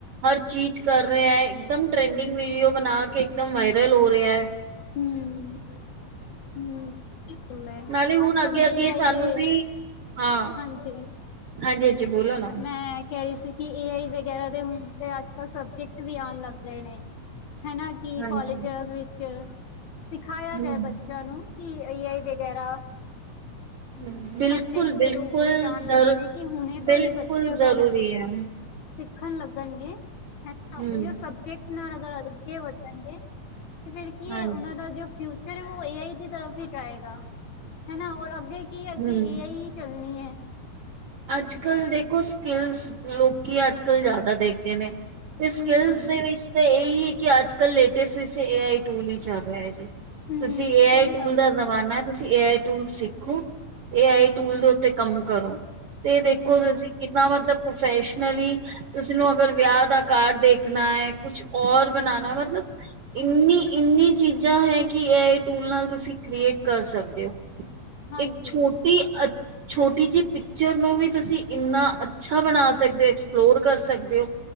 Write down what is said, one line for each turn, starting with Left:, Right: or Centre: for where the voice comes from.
Right: ਹਰ ਚੀਜ਼ ਕਰ ਰਿਹਾ ਐ, ਇਕ ਦਮ ਟ੍ਰੈਂਡਿੰਗ ਵੀਡੀਓ ਬਣਾ ਕੇ ਇੱਕਦਮ ਵਾਇਰਲ ਹੋ ਰਿਹਾ ਐ।
Left: ਹੂ ਹੂ। ਸਹੀ ਗੱਲ ਏ,
Right: ਨਾਲੇ ਹੁਣ
Left: ਅੱਜ
Right: ਅੱਗੇ
Left: ਕੱਲ ਦੇ
Right: ਅੱਗੇ
Left: ਏ
Right: ਸਾਨੂੰ
Left: ਆਈ ਦੇ
Right: ਵੀ ਹਾਂ
Left: ਹਾਂਜੀ।
Right: ਹਾਂਜੀ ਹਾਂਜੀ ਬੋਲੋ ਨਾ।
Left: ਮੈਂ ਕਹਿ ਰਹੀ ਸੀ ਕਿ ਏ ਆਈ ਵਗੈਰਾ ਦੇ ਹੁਣ ਤੇ ਅੱਜ ਕੱਲ੍ਹ ਸਬਜੈਕਟ ਵੀ ਆਣ ਲੱਗ ਗਏ ਨੇ। ਹੈਨਾ। ਕਿ
Right: ਹਾਂਜੀ
Left: ਕਾਲਜ ਵਿੱਚ ਸਿਖਾਇਆ ਜਾਏ
Right: ਹੂੰ
Left: ਬੱਚਿਆਂ ਨੂੰ ਕਿ ਏ ਆਈ ਵਗੈਰਾ।
Right: ਬਿਲਕੁਲ
Left: ਸਬਜੈਕਟ
Right: ਬਿਲਕੁਲ
Left: ਦੇ ਰੂਪ ਵਿੱਚ ਆਉਣ
Right: ਜ਼ਰ
Left: ਲੱਗੇ ਨੇ ਕਿ ਹੁਣੇ ਤੋਂ
Right: ਬਿਲਕੁਲ
Left: ਹੀ ਬੱਚੇ ਅਗਰ।
Right: ਜ਼ਰੂਰੀ ਹੈ।
Left: ਸਿੱਖਣ ਲੱਗਣਗੇ ਹੈਨਾ
Right: ਹੂੰ।
Left: ਔਹੀ ਔ ਸਬਜੈਕਟ ਨਾਲ ਅਗਰ ਅੱਗੇ ਵਧਣਗੇ। ਤੇ ਫਿਰ ਕੀ
Right: ਹਾਂਜੀ
Left: ਹੈ। ਉਹਨਾਂ ਦਾ ਜੋ ਫਿਊਚਰ ਹੈ ਉਹ ਏ ਆਈ ਦੀ ਤਰਫ ਹੀ 'ਚ ਜਾਏਗਾ ਹਨਾ। ਔਰ ਅੱਗੇ। ਕੀ ਅੱਗੇ
Right: ਹੂੰ
Left: ਏ ਆਈ ਹੀ ਚੱਲਣੀ ਹੈ।
Right: ਅੱਜ ਕੱਲ੍ਹ ਦੇਖੋ ਸਕਿੱਲਸ ਲੋਕੀਂ ਅੱਜ ਕੱਲ ਜ਼ਿਆਦਾ ਦੇਖਦੇ ਨੇ। ਫਿਰ
Left: ਹੂੰ
Right: ਸਕਿਲਸ ਦੇ ਵਿਚ ਇਹੀ ਹੈ ਕਿ ਅੱਜ ਕੱਲ੍ਹ ਲੇਟਸਟ ਏ ਆਈ ਟੂ ਹੀ ਚੱਲ ਰਿਹਾ ਜੀ।
Left: ਹੂੰ
Right: ਤੁਸੀਂ ਏ
Left: ਸਹੀ
Right: ਆਈ ਟੂਲ
Left: ਗੱਲ
Right: ਦਾ
Left: ਹੈ
Right: ਜ਼ਮਾਨਾ, ਤੁਸੀਂ ਏ ਆਈ। ਟੂਲ ਸਿੱਖੋ ਏ ਆਈ ਟੂਲ ਦੇ ਉੱਤੇ ਕੰਮ ਕਰੋ। ਤੇ ਦੇਖੋ
Left: ਹੂੰ
Right: ਤੁਸੀਂ ਕਿੰਨਾ ਮਤਲਬ ਪ੍ਰੋਫੈਸ਼ਨਲੀ। ਕਿਸੇ ਨੂੰ ਅਗਰ ਵਿਆਹ ਦਾ ਕਾਰਡ ਦੇਖਣਾ ਹੈ ਕੁਛ ਔਰ ਬਣਾਉਣਾ ਮਤਲਬ। ਇੰਨੀ ਇੰਨੀ ਚੀਜ਼ਾਂ ਹੈ ਕਿ ਏ ਆਈ ਟੂਲ ਨਾਲ ਤੁਸੀਂ ਕ੍ਰੀਏਟ ਕਰ ਸਕਦੇ ਹੋ।
Left: ਹਾਂਜੀ
Right: ਇੱਕ ਛੋਟੀ ਅ ਛੋਟੀ ਜਿਹੀ ਪੀ ਪਿਕਚਰ ਨੂੰ ਵੀ ਤੁਸੀਂ ਇੰਨਾ ਅੱਛਾ ਬਣਾ ਸਕਦੇ ਹੋ। ਐਕਸਪਲੋਰ ਕਰ ਸਕਦੇ ਹੋ।